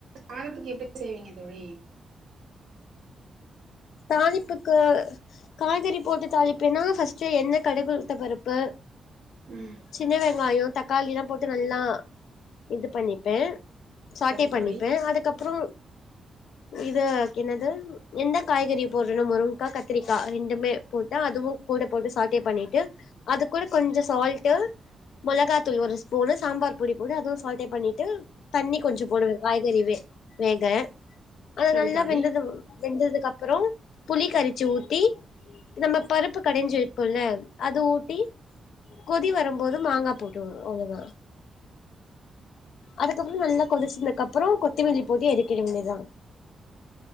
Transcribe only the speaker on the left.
தாளிப்புக்கு காய்கறி போட்டு தாளிப்பேன்னா ஃபர்ஸ்ட் எண்ண கடுகுளுத்த பருப்பு
சின்ன வெங்காயோ தக்காளிலா போட்டு நல்லா இது பண்ணிப்பே சாட்டே
பண்ணிப்பே
அதுக்கப்புறோ இத என்னது எந்த காய்கறி போட்றனோ முருங்க்கா கத்துரிக்கா ரெண்டுமே போட்ட அதுவு கூட போட்டு சாட்டே பண்ணிட்டு அது கூட கொஞ்ச சால்ட்டு மொளகா தூள் ஒரு ஸ்பூனு சாம்பார் புடி போட்டு அதுவு சால்ட்டே பண்ணிட்டு தண்ணி கொஞ்ச போடுவே காய்கறி வே வேக அத
நல்லா
வெந்ததுவு வெந்ததுக்கு அப்புறோ புளி கரிச்சி ஊத்தி நம்ம பருப்பு கடைஞ்சிருப்போல்ல அது ஊட்டி கொதி வரம்போது மாங்கா போட்டுவோ அவ்ளோதா அதுக்கப்புற நல்லா கொதிச்சதுக் அப்புறோ கொத்திமல்லி போட்டி எரிக்கிட வேண்ட்யதா